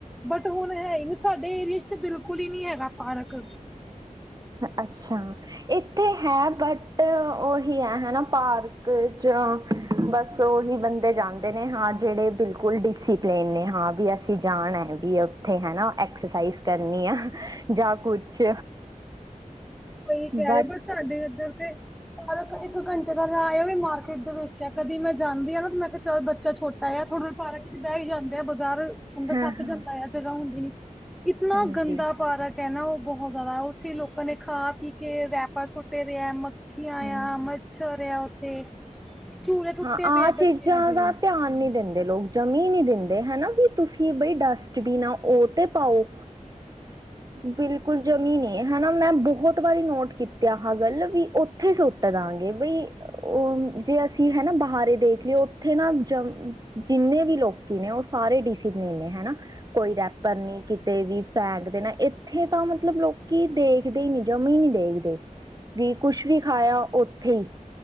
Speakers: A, in the centre; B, on the right.
A: ਬਟ ਹੁਣ ਹੈ ਹੀ ਨਹੀਂ ਸਾਡੇ ਏਰੀਏ ਚ ਤਾਂ ਬਿਲਕੁਲ ਹੀ ਨਹੀਂ ਹੈਗਾ ਪਾਰਕ।
B: ਅੱਛਾ, ਇੱਥੇ ਹੈ, ਬਟ ਉਹੀ ਹੈ, ਹਨਾ ਪਾਰਕ ਚ ਬਸ ਉਹੀ ਬੰਦੇ ਜਾਂਦੇ ਨੇ ਹਾਂ ਜਿਹੜੇ ਬਿਲਕੁਲ। ਫੁੱਲ ਡਿਸਿਪਲਨ ਨੇ ਹਾਂ ਵੀ ਅਸੀਂ ਜਾਣਾ ਹੈ ਵੀ ਉੱਥੇ ਹਨਾ ਐਕਸਰਸਾਈਜ਼। ਕਰਨੀ ਆ ਜਾਂ ਕੁਛ
A: ਸਹੀ ਕਹਿ
B: ਬਟ
A: ਰਹੇ ਪਰ ਸਾਡੇ ਇੱਧਰ ਤੇ ਪਾਰਕ। ਇੱਕ ਘੰਟੇ ਦਾ ਰਾਹ ਏ ਉਹ ਵੀ ਮਾਰਕੀਟ ਦੇ ਵਿੱਚ, ਕਦੀ ਮੈਂ ਜਾਂਦੀ ਆ ਨਾ, ਤੇ ਮੈਂ ਕਿਹਾ ਕਿ ਚੱਲ ਬੱਚਾ ਛੋਟਾ ਆ ਥੋੜਾ ਪਾਰਕ। ਬਹਿ ਹੀ ਜਾਂਦੇ ਆ, ਬਜ਼ਾਰ ਬੰਦਾ
B: ਹਾਂ
A: ਥੱਕ
B: ਹਾਂ
A: ਜਾਂਦਾ ਆ ਜਗ੍ਹਾ ਹੁੰਦੀ ਨਹੀਂ। ਇਤਨਾ
B: ਹਾਂਜੀ
A: ਗੰਦਾ ਪਾਰਕ ਹੈ ਨਾ ਉਹ ਬਹੁਤ ਜ਼ਿਆਦਾ, ਉੱਥੇ ਹੀ ਲੋਕਾਂ ਨੇ। ਕਿਤੇ ਰੈਪਰ ਸੁੱਟੇ ਦੇ ਆ, ਮੱਖੀਆਂ
B: ਹਮ
A: ਆ, ਮੱਛਰ ਆ ਉੱਥੇ। ਝੂਲੇ ਟੁੱਟੇ
B: ਹਾਂ
A: ਪਏ
B: ਆਹ
A: ਆ ਬੱਚਿਆਂ
B: ਚੀਜ਼ਾਂ
A: ਦੇ।
B: ਦਾ ਧਿਆਨ ਨਹੀਂ ਦਿੰਦੇ ਲੋਕ, ਜਮੀ ਨਹੀਂ ਦਿੰਦੇ ਹੈ ਨਾ। ਤੁਸੀਂ ਬਈ ਡਸਟਬੀਨ ਆ ਉਹ ਤੇ ਪਾਓ। ਬਿਲਕੁਲ। ਜਮੀ ਨਹੀਂ ਹਨਾ, ਮੈਂ ਬਹੁਤ ਵਾਰੀ ਨੋਟ ਕੀਤਾ ਆਹਾ ਗੱਲ ਵੀ ਉੱਥੇ ਸੁੱਟ ਦਾਂਗੇ ਬਈ। ਉਹ ਜੇ ਅਸੀਂ ਹਨਾ ਬਹਾਰ ਦੇਖ ਲਈਏ ਉੱਥੇ ਨਾ ਜ ਜਿੰਨੇ ਵੀ ਲੋਕੀ ਨੇ। ਸਾਰੇ ਡੀਸੀ ਨੇ ਹਨਾ, ਕੋਈ ਰੈਪਰ ਨਹੀ ਕਿਤੇ ਵੀ ਫੈਨ। ਨਾ ਇੱਥੇ ਤਾਂ ਮਤਲਬ ਲੋਕੀ ਦੇਖਦੇ ਹੀ ਨਹੀ ਜਮਾ ਹੀ ਨਹੀ ਦੇਖਦੇ। ਵੀ ਕੁਛ ਵੀ ਖਾਇਆ ਉੱਥੇ ਹੀ